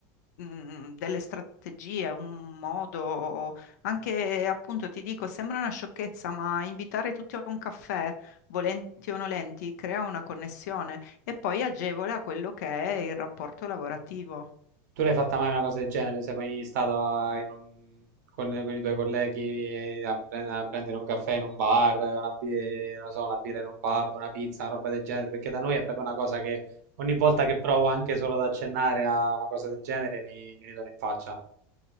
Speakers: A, on the left; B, on the right.
A: mh, delle strategie, un modo, anche appunto ti dico, sembra una sciocchezza, ma invitare tutti a un caffè, volenti o nolenti, crea una connessione e poi agevola quello che è il rapporto lavorativo,
B: Tu l'hai fatta mai una cosa del genere? Sei mai stata in un- con, con i tuoi colleghi eh, a, pre- a prendere un caffè in un bar, una, bi- non so, una birra in un pub, una pizza, una roba del genere? Perché da noi è proprio una cosa che ogni volta che provo anche solo ad accennare a una cosa del genere mi, mi ridono in faccia.